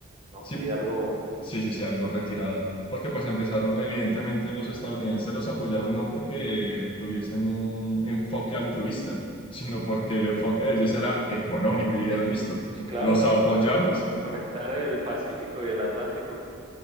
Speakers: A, on the right; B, on the left.
A: no,
B: Sí,
A: sí, algo.
B: Sí, sí, sí, algo retirado. Porque pues empezaron,
A: sí,
B: evidentemente los estadounidenses los apoyaron no porque tuviesen un enfoque altruista, <laughs> sino porque el enfoque de ellos era económico y dijeron, listo,
A: Sí, claro,
B: los apoyamos.
A: pues conec- conectar el Pacífico y el Atlántico.